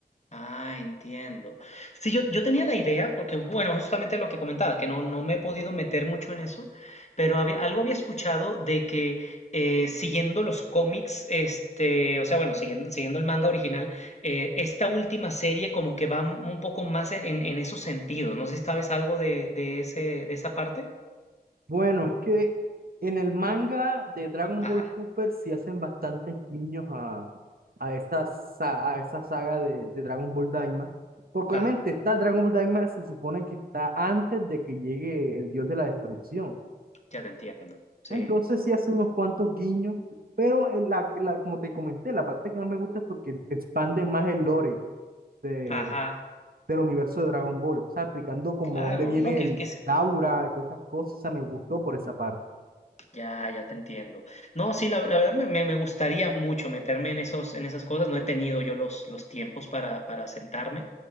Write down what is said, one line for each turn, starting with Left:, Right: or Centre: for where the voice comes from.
Left: Ah, entiendo. Sí, yo, yo tenía la idea, porque bueno, justamente lo que comentaba, que no, no me he podido meter mucho en eso, pero había- algo había escuchado de que eh, siguiendo los cómics, este, o sea, bueno, siguiendo, siguiendo el manga original, eh, esta última serie como que va un poco más en, en- en esos sentidos. No sé si sabes algo de, de ese, de esa parte.
Right: Bueno, es que en el manga de Dragon
Left: Ajá,
Right: Ball Super sí hacen bastantes guiños a, a, esa, sa- a esa saga de, de Dragon Ball Daima. Porque
Left: ajá,
Right: obviamente esta Dragon Ball Daima se supone que está antes de que llegue el dios de la destrucción.
Left: ya te entiendo. Sí.
Right: Entonces sí hacen unos cuantos guiños, pero en la, la- como te comenté, la parte que más me gusta es porque expande más el lore de,
Left: Ajá,
Right: del universo de Dragon Ball. O sea, explicando como
Left: claro,
Right: dónde viene
Left: no, que,
Right: el
Left: que
Right: Daura y todas esas cosas. O sea, me gustó por esa parte.
Left: Ya, ya te entiendo. No, sí, la, la verdad me, me- me gustaría mucho meterme en esos, en esas cosas. No he tenido yo los, los tiempos para, para sentarme.